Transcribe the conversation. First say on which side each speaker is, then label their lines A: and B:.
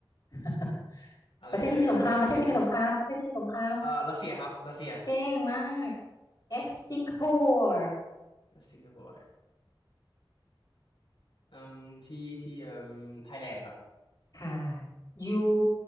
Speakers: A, on the left (about 45°); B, on the left (about 80°).
A: <laughs>
B: อะไรเอ่ยอะไรเอ่ยนึงนะ
A: ประเทศที่มีสงครามประเทศที่มีสงครามประเทศที่มีสงคราม
B: เอ่อรัสเซียครับรัสเซีย
A: เก่งมากเอสสิงคโปร์
B: สิงคโปร์อืมที่ที่อืมไทยแลนด์ครับ
A: ค่ะยู